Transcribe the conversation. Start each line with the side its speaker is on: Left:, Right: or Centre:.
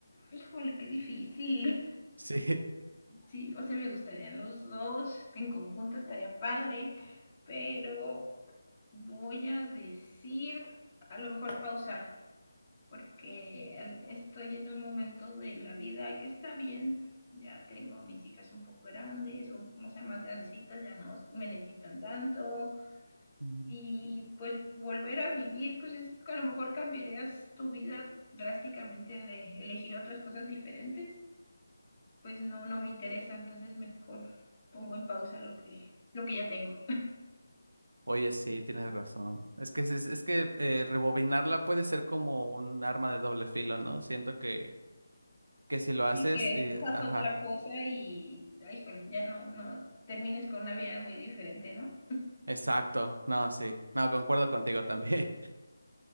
Left: Híjole, qué difícil.
Right: Sí,
Left: Sí, o sea, me gustarían los dos, en conjunto estaría padre, pero voy a decir, a lo mejor pausar, porque estoy en un momento de la vida que está bien, ya tengo a mis hijas un poco grandes, o, o sea, más grandecitas, ya no me necesitan tanto,
Right: Ujú.
Left: y pues volver a vivir, pues es que a lo mejor cambiarías tu vida drásticamente de elegir otras cosas diferentes pues no, no me interesa, entonces mejor pongo en pausa lo que, lo que ya tengo.
Right: Oye, sí, tienes razón. Es que, es, es es que eh, rebobinarla puede ser como un arma de doble filo, ¿no? Siento que, que si lo
Left: Sí
Right: haces,
Left: que
Right: y-
Left: escojas
Right: ajá,
Left: otra cosa y, ay, híjole, ya no, no, termines con una vida muy diferente, ¿no?
Right: exacto. No, sí. No, concuerdo contigo también.